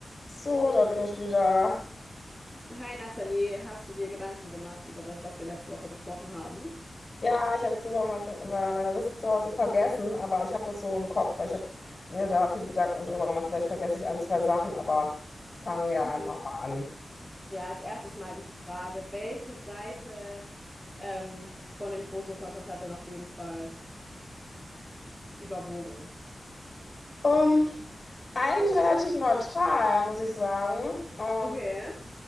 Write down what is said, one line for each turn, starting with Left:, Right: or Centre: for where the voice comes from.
Left: So, da bin ich wieder.
Centre: Hi Nathalie, hast du dir Gedanken gemacht über das, was wir letzte Woche besprochen haben?
Left: Ja, ich habe jetzt sogar meine meine Liste zu Hause vergessen, aber ich habe das so im Kopf, weil ich habe mir da viele Gedanken drüber gemacht. Vielleicht vergesse ich ein, zwei Sachen, aber ich fange ja
Centre: Mhm.
Left: einfach mal an.
Centre: Ja, als erstes mal die Frage, welche Seite ähm, von den Pros und Kontras hat denn auf jeden Fall überwogen?
Left: Ähm, eigentlich relativ neutral, muss ich sagen. Ähm,
Centre: Okay.